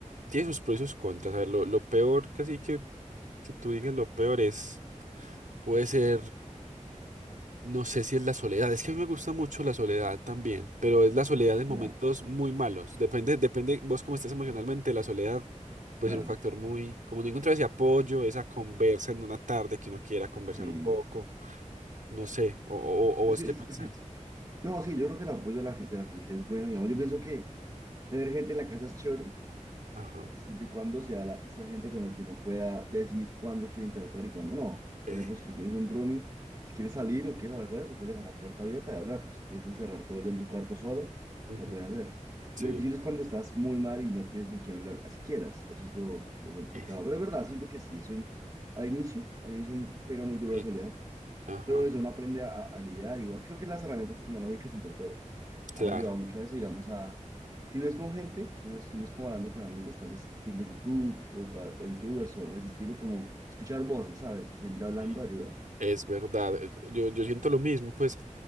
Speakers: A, on the right; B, on the right.
A: tiene sus pros y sus contras. A ver, lo, lo peor, casi que, que tú digas lo peor es, puede ser, no sé si es la soledad. Es que a mí me gusta mucho la soledad también, pero es la soledad en momentos
B: Ya,
A: muy malos. Depende, depende vos cómo estés emocionalmente, la soledad puede
B: claro.
A: ser un factor muy, como no encontrar ese apoyo, esa conversa en una tarde que uno quiera conversar
B: Sí.
A: un poco, no sé, o, o, o
B: Es
A: vos
B: que,
A: qué
B: es,
A: pensás.
B: es que, no, sí, yo creo que el apoyo de la gente, de la familia es bueno. Digamos, yo pienso que tener gente en la casa es chévere
A: Ajá.
B: siempre y cuando sea, la, sea gente con la que uno pueda decir cuándo quiere interactuar y cuándo no.
A: Eh,
B: Por ejemplo, si tú tienes un roomie, si quieres salir o quieres hablar con él, pues puedes dejar la puerta abierta y hablar, pero si quieres encerrar todo el día en tu cuarto solo,
A: ujú,
B: lo puedes hacer.
A: Sí.
B: Lo difícil es cuando estás muy mal y no tienes con quién hablar, así quieras, eso es lo, lo complicado.
A: eh.
B: Pero es verdad, siento que sí, eso en- al inicio, al inicio pega muy duro
A: Sí.
B: la soledad,
A: Ajá.
B: pero eso uno aprende a, a lidiar, igual creo que las herramientas tecnológicas entre todo
A: Claro.
B: han llevado mucho a eso, digamos, a... Si no es con gente, si no es, si no es como hablando con amigos, tal vez viendo YouTube o, cua- o YouTubers o algo de ese estilo, como escuchar voces, ¿sabes? Gente hablando
A: Sí.
B: ayuda.
A: Es verdad, eh, yo, yo siento lo mismo, pues